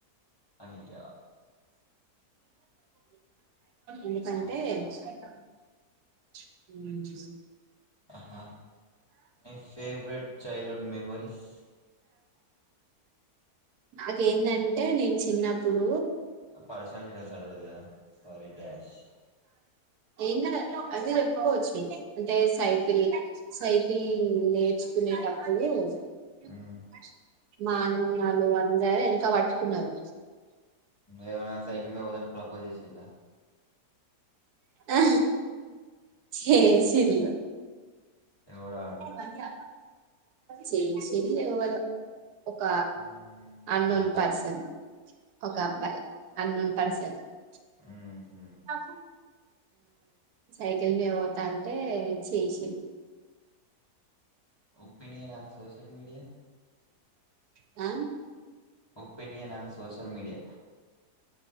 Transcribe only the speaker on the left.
అఇఇ
అవును కదా మర్చిపోయినా
ఆహా మీ ఫేవరెట్ చైల్డ్హుడ్ మెమోరిస్
పార్సనల్ డిటల్స్ అడగదు కదా సారీ డ్యాష్
మ్మ్
ఏ సైకిల్ మీ పోదాంటే ప్రపోజ్ చేసిలా
ఎవడు ఆడు
ఉమ్,
అబ్బాయి
ఉహు
ఉహు మీడియా సోష్యల్ మీడియా
ఒపెనియన్ అన్ సోషల్ మీడియా